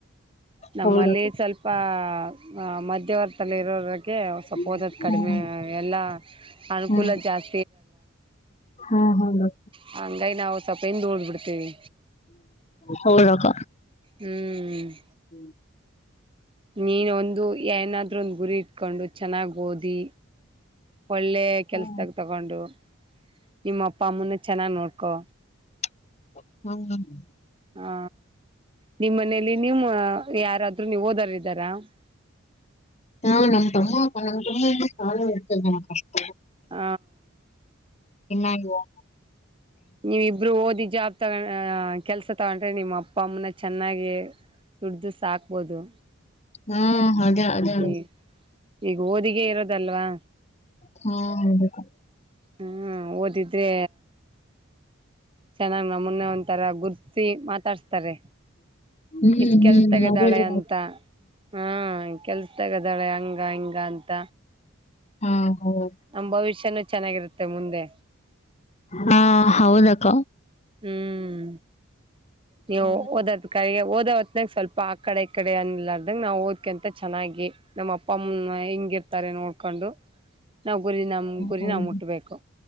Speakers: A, on the right; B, on the left.
A: ನಮ್ಮಲ್ಲಿ
B: ಹೌದು ಹೌದು
A: ಸ್ವಲ್ಪ ಪ ಮಧ್ಯವರ್ತಲ್ಲಿ ಇರೋ ಸ್ವಪ
B: ಹ್ಮ್
A: ಓದ ಕಡಿಮೆ ಎಲ್ಲಾ ಅನುಕೂಲ
B: ಹ್ಮ್
A: ಜಾಸ್ತಿ <unintelligible>
B: ಹಾ ಹೌದು
A: ಹಂಗೈ ನಾವು ಸ್ವಲ್ಪ ಹಿಂದ ಉಳಬಿಡ್ತೀವಿ
B: ಹೌದು ಅಕ್ಕ
A: ಹ್ಮ್ ಹ್ಮ್
B: ಹ್ಮ್
A: ನೀನ್ ಒಂದು ಏನಾದ್ರೂ ಒಂದ ಗುರಿ ಇಟ್ಕೊಂಡು ಚೆನ್ನಾಗ್ ಓದಿ ಒಳ್ಳೆ ಕೆಲ್ಸದಾಗ
B: ಹಾ
A: ತಗೊಂಡು ನಿಮ್ಮ ಅಪ್ಪ ಅಮ್ಮನ ಚೆನ್ನಾಗ್ ನೋಡ್ಕೊ
B: <unintelligible> ಹ್ಮ್
A: ಹಾ ನಿಮ ಮನೇಲಿ ನೀಮ್ಮ ಯಾರಾದ್ರು ನೀವು ಓದಾರ್ದಾರಾ ಇದ್ರ
B: ಹಾ ನಮ್ ತಮ್ಮ ಅ ನಮ್ ತುಂಬಿಂದ ಸಾಲ ಇರ್ತದೆ ನ ಕಷ್ಟ
A: ಹ
B: ಇನ್ನಾಗುವ
A: ನೀವ ಇಬ್ರು ಓದಿ ಜಾಬ್ ತಗ ಕೆಲ್ಸ ತಗೊಂಡ್ರೆ ನಿಮ್ಮ ಅಪ್ಪ ಅಮ್ಮನ ಚೆನ್ನಾಗಿ ದುಡ್ದು ಸಾಕ್ಬೋದು
B: ಹಾ ಅದೇ ಅದೇ
A: ಈ ಈಗ ಓದಿಗೆ ಇರೋದಲ್ವಾ
B: ಹಾ ಹೌದು ಅಕ್ಕ
A: ಹಾ ಓದಿದ್ರೆ ಚೆನ್ನಾಗ್ ನಮ್ಮನ್ನೆ ಒಂಂತರ ಗುರ್ಸಿ ಮಾತಾಡ್ಸ್ತಾರೆ
B: ಹ್ಮ್
A: ಇಷ್ಟ
B: ಹ್ಮ್
A: ಕೆಲ್ಸ ತಗದಾಳೆ
B: ಮೊಬೈಲ್
A: ಅಂತ ಹಾ ಕೆಲ್ಸ ತಗದಾಳೆ ಹಂಗ ಹಿಂಗ ಅಂತ
B: ಹಾ ಹೌದು
A: ನಮ್ ಭವಿಷ್ಯನುೂ ಚೆನ್ನಾಗಿರುತ್ತೆ ಮುಂದೆ
B: ಹಾ ಹೌದು ಅಕ್ಕ
A: ಹ್ಮ್ ನೀವು
B: ಹಾ
A: ಓದದ ಕಾಯಿಗ ಓದವತ್ನಾಗ ಸ್ವಲ್ಪ ಆಕಡೆ ಈಕಡೆ ಅನ್ಲಾರದಂಗ್ ನಾವು ಓದ್ಕಂತ ಚೆನ್ನಾಗಿ ನಮ್ಮ ಅಪ್ಪ ಅಮ್ಮನ ಹೆಂಗಿರ್ತಾರೆ ನೋಡ್ಕೊಂಡು ನಾವ್ ಗುರಿ ನಮ್ ಗುರಿ
B: ಹೌದು
A: ನಾವ್ ಮುಟ್ಬೇಕು